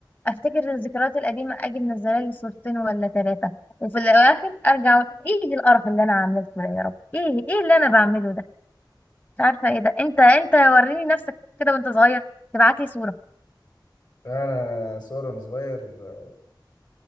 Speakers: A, on the left; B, on the left.
A: افتكر الذكريات القديمة اجي منزله لي صورتين ولا ثلاثة وفي الأواخر ارجع أقول ايه القرف اللي انا عملته ده يا رب ايه ايه اللي انا بعمله ده مش عارفة ايه ده انت انت وريني نفسك كده وانت صغير تبعت لي صورة
B: انا صور وانا صغير <laughs>